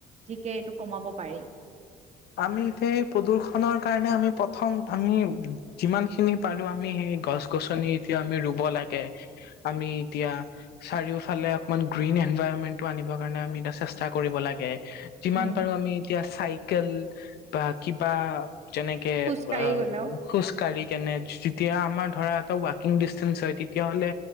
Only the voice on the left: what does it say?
আমি এতিয়া এই প্ৰদূ্ষনৰ কাৰণে আমি প্ৰথম আমি যিমান খিনি পাৰো আমি সেই গছ গছনি আমি এতিয়া ৰুব লাগে আমি এতিয়া চাৰিওফালে অকমান ঘুৰিব এনভাইৰনমেন্টটো আনিব কাৰণে আমি এটা চেষ্টা কৰিব লাগে। যিমান
পাৰো আমি এতিয়া চাইকেল বা কিবা যেনেকে
অ
খোজকাঢ়ি। কেনে যেতিয়া আমাৰ ধৰা এটা ৱাকিং ডিন্ঞ্চ হয় তেতিয়া হ'লে